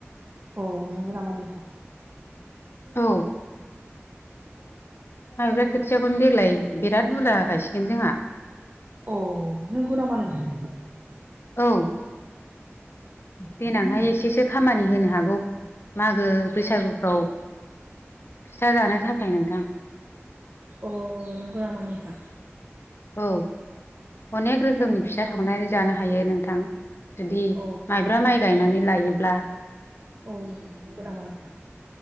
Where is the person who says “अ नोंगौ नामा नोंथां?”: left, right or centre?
Right